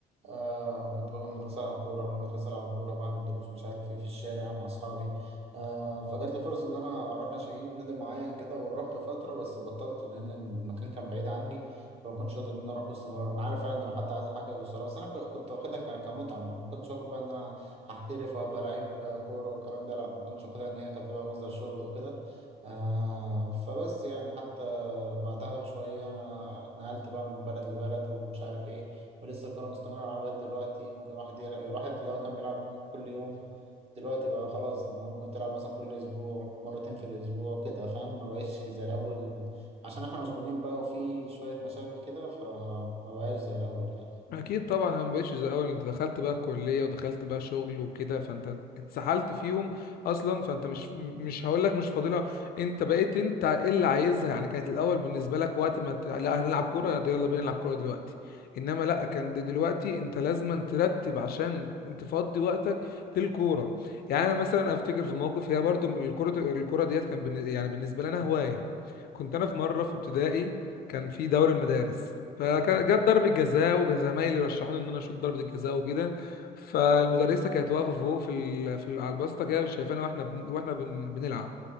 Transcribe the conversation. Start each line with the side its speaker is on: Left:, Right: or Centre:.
Right: آه كنت باجي من المدرسه العب كوره اروح المدرسه العب كوره بعد الدروس مش عارف ايه في الشارع مع اصحابي آه فجات لي فرصه ان انا اروح ناشئين نادي معين كده ورحت فتره بس بطلت لان المكان كان بعيد عني فما كنتش اقدر ان انا اروح باستمرار انا عارف فعلا ان لو حد عايز حاجه باستمرار بس انا ك- كنت واخدها ك- كمتعه ما ما كنتش واخد بقى ان انا هحترف وابقى لعيب كوره والكلام ده لا ما كنتش واخدها ان هي كانت تبقى مصدر شغل وكده آه فبس يعني حتى بعدها بشوية أنا نقلت بقى من بلد لبلد ومش عارف إيه ولسه الكورة مستمرة لغاية دلوقتي ممكن الواحد يلع- الواحد لو كان بيلعب ممكن كل يوم دلوقتي بقى خلاص إن هو ممكن تلعب مثلا كل أسبوع مرتين في الأسبوع كده فاهم ما بقتش زي الأول عشان إحنا مشغولين بقى وفي شوية مشاغل كده فما بقاش زي الأول يعني
Left: اكيد طبعا انا مبقتش زي الاول انت دخلت بقى الكليه ودخلت بقى شغل وكده فانت اتسحلت فيهم اصلا فانت مش مش هقول لك مش فاضلها انت بقيت انت ايه اللي عايزها يعني كانت الاول بالنسبه لك وقت ما ت... لا هنلعب كوره يلا بينا نلعب كوره دلوقتي انما لا كان د- دلوقتي انت لازما ترتب عشان تفضي وقتك للكوره يعني انا مثلا افتكر في موقف هي برضو الكوره الكوره ديت كان بالن- يعني بالنسبه لنا هوايه كنت انا في مره في ابتدائي كان في دوري المدارس فجت
Right: مم.
Left: ضربة جزاء وزمايلي رشحوني ان انا اشوط ضربة الجزاء وكده فالمدرسة كانت واقفة فوق في ال... في ال- على الباسطة كده شايفانا واحنا بن... واحنا بن... بنلعب